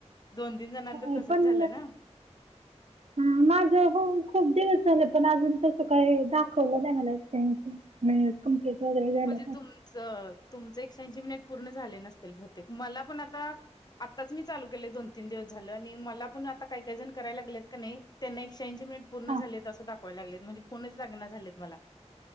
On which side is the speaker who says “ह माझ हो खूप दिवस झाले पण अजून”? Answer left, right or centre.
Right